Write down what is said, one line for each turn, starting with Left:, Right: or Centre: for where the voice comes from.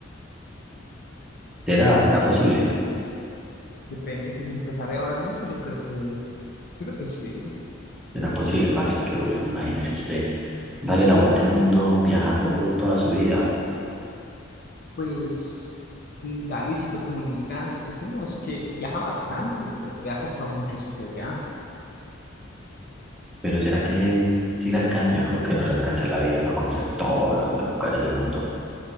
Centre: será, será posible,
Left: Depende si se empezara ahora mismo, yo creo que, yo creo que sí.
Centre: será posible, parce, es que uff, imagínese usted, darle la vuelta al mundo viajando toda su vida,
Left: Pues mm, da Luisito Comunica, ese no, es que viaja bastante, pero vea que ha estado en muchos sitios ya.
Centre: pero será que sí le alcanza, yo creo que no le alcanza la vida para conocer todos los lugares del mundo.